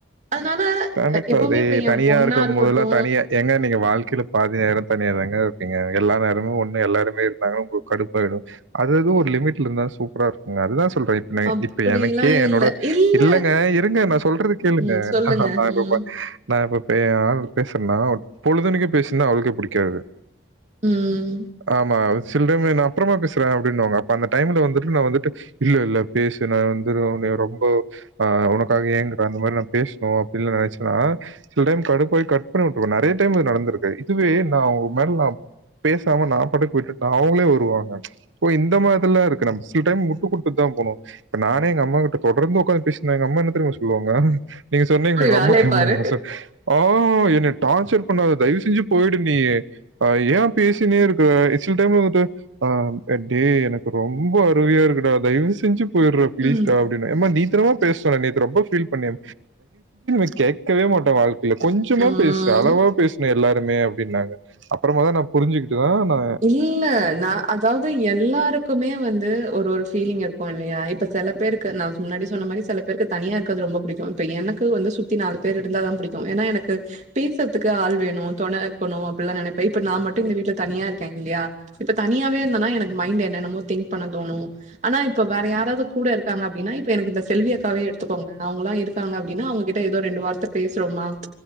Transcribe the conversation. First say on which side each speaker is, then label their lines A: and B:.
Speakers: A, on the right; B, on the right.
A: அதனால
B: தனக்கதே
A: அ எப்பவுமே இப்ப என்
B: தனியா
A: பொண்ணா
B: இருக்கம்போதல்லா
A: இருக்கட்டு
B: தனியா எங்க நீங்க வாழ்க்கையில பாதி நேரோ தனியா தாங்க இருப்பீங்க எல்லா நேரமு ஒண்ணு எல்லாருமே இருந்தாங்க உங்களுக்கு கடுப்பாயிடு அது அது ஒரு லிமிட்ல இருந்தா சூப்பரா இருக்குங்க அதுதா சொல்றே
A: அப்படிலா
B: இப்ப எனக்கே என்னோட
A: இல்ல இல்ல
B: இல்லெங்க இருங்க நா சொல்றது கேளுங்க
A: ம் சொல்லுங்க
B: ந நா இப்பப்ப
A: ம்
B: நா இப்ப ஏ ஆள் பேசுறன்னா பொழுதனிக்கு பேசுன்னா அவளுக்கே புடிக்காது
A: ம்.
B: ஆமா சில்றமே நா அப்புறமா பேசுறே அப்டின்னுவாங்க அப்ப அந்த டைம்ல வந்து நா வந்துட்டு இல்ல இல்ல பேசு நா வந்து உன ரொம்போ ஆ உனக்காக ஏங்கற அந்த மாதிரி நா பேசுணு அப்டின்னு நெனச்சன்னா சில டைம் கடுப்பாய் கட் பண்ணி வுட்டுருக்க நிறைய டைம் இது நடந்திருக்கு இதுவே நா உங்க மேல நா பேசாம நா பாட்க்கு விட்டுட்ட அவுங்களே வருவாங்க ஓ இந்த மாதிரில்லா இருக்கறா டைம் முட்டு கொட்த்துட்டு தா போனு இப்ப நானே எங் அம்மாகிட தொடர்ந்து உக்காந்து பேசிருந்த எங்க அம்மா என்ன தெரியுமா சொல்லுவாங்க நீங்க சொன்னீங்கள
A: போய்
B: ஒங்கம்மாக்கு
A: வேலைய
B: எவ்ளோ
A: பாரு.
B: மனசு ஆ என்னய டார்ச்சர் பண்ணாத தயவு செஞ்சு போய்டு நீயி அ ஏ பேசினே இருக்க சில் டைம் வந்துட்டு ஆ டேய் எனக்கு ரொம்ப அசதியா இருக்குட தயவு செஞ்சு போய்டுற பிளீஸ்டா
A: ம்.
B: அப் டின்னு எம்மா நீத்தரமா பேசு சொன்ன நேத்து ரொம்ப ஃபீல் பண்ணியே <unintelligible> கேடக்கவே மாட்ட வாழ்க் கைல
A: ம்.
B: கொஞ்சமா
A: ம்.
B: பேசு அளவா பேசணு எல்லாருமே அப்டின்னாங்க அப்பறமா தா நா புரிஞ்சுக்கிட்டு தா நா
A: இல்ல நா அதாவ்து எல்லாருக் க்குமே வந்து ஒரு ஒரு ஃபீலிங் இருக்கு இல்லையா இப்ப சில பேருக்கு நா முன்னாடி சொன்ன மாரி செலப் பேருக்கு தனியா இருக்கது ரொம்ப புடிக்கு இப்ப எனக்கு வந்து சுத்தி நாலு பேர் இருந்தா தா புடிக்கு ஏன்னா எனக்கு பேசுறதுக்கு ஆள் வேணு தொணக்கணு அப்பில்லா நெனப்பே இப்ப நா மட்டு இந்த வீட்டுல தனியா இருக் கே இல்லியா இப்ப தனியாவே இருந்தன்னா எனக்கு மைண்ட் என்னென்னமோ திங்க் பண்ண தோணு ஆனா இப்ப வேற யாராது கூட இருக்காங்க அப்டின்னா இப்ப எனக்கு இந்த செல்விக்காவே எடுத்துக்கோங்க அவங்கல்லா இருக் காங்க அப்டின்னா அவுங்ககிட்ட ஏதோ ரெண்டு வார்த்த பேசுறோமா